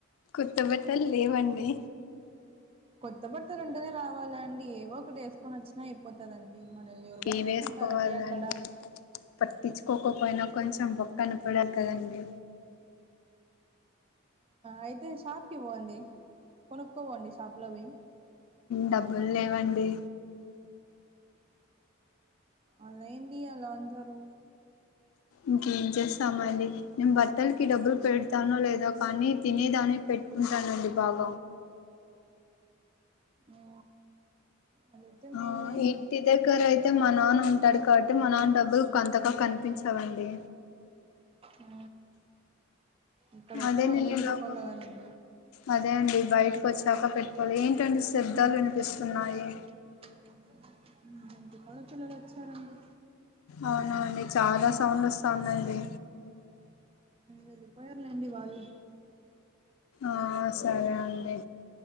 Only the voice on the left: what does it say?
కొత్త బట్టలు లేవండి
ఇవి వేసుకోవాలండి
పట్టించుకోకపోయినా కొంచెం బొక్కన <unintelligible> కదండి
డబ్బులు లేవండి
ఇంకేం చేస్తామ అండి నేను బట్టలకి డబ్బులు పెడతానో లేదో కానీ తినేదా పెట్టుకుంటానండి బాగ
ఆ
<unintelligible> అయితే మా నాన్న ఉంటాడు కాబట్టి మా నాన్న డబ్బులు <unintelligible> కనిపించవండి
అదే
నేను ఇలాగా
అదే అండి బయటకి వచ్చాక పెట్టుకోవాలి ఏంటండి శబ్దాలు వినిపిస్తున్నాయి
అవున అండి చాలా సౌండ్ వస్తాంది అండి
ఆ సరే అండి